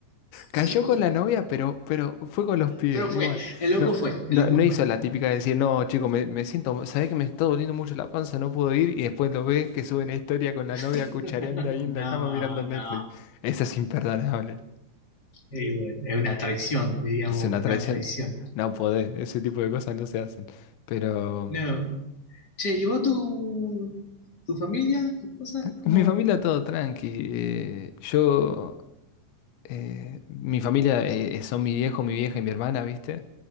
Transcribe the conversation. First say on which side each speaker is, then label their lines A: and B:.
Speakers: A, on the left (about 75°); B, on the left (about 25°).
A: Cayó
B: sí.
A: con la novia, pero, pero fue con los pies,
B: Pero fue,
A: igual.
B: el loco
A: No,
B: fue,
A: no,
B: el loco
A: no
B: fue.
A: hizo la típica de decir, no, chico, me, me siento, sabés que me está doliendo mucho la panza, no puedo ir, y después lo ves que sube una historia con
B: <laughs>
A: la novia cuchareando ahí en
B: No,
A: la cama mirando Netflix.
B: no.
A: Esa es imperdonable.
B: Y bueno, es una traición, diríamos,
A: Es una
B: una
A: traición.
B: traición.
A: No podés, ese tipo de cosas no se hacen. Pero
B: No. Che, ¿y vos tu, tu familia, tus cosas?
A: en
B: como
A: mi familia todo tranqui. eh, yo eh, mi familia eh, eh, son mi viejo, mi vieja y mi hermana, ¿viste?